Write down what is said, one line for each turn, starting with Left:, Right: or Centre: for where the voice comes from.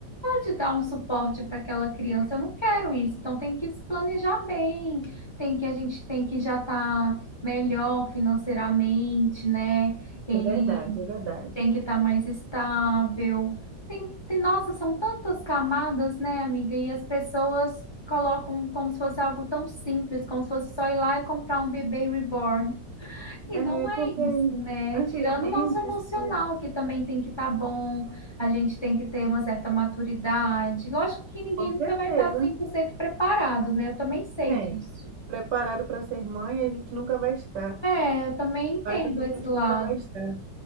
Left: de dar um suporte para aquela criança, eu não quero isso. Então tem que se planejar bem, tem que a gente tem que já estar melhor financeiramente, né? Ele
Right: é verdade, é verdade.
Left: tem que estar mais estável. Tem, tem, nossa, são tantas camadas, né, amiga? E as pessoas colocam como se fosse algo tão simples, como se fosse só ir lá e comprar um bebê reborn. E
Right: É
Left: não é
Right: porque
Left: isso, né?
Right: antigamente,
Left: Tirando o nosso emocional,
Right: assim,
Left: que também tem que estar bom, a gente tem que ter uma certa maturidade. Lógico que ninguém
Right: com
Left: nunca
Right: certeza.
Left: vai estar 100% preparado, né? Eu também sei
Right: É,
Left: disso.
Right: preparado para ser mãe, a gente nunca vai estar.
Left: É, eu também entendo
Right: Pai também
Left: esse
Right: a gente
Left: lado.
Right: nunca vai estar.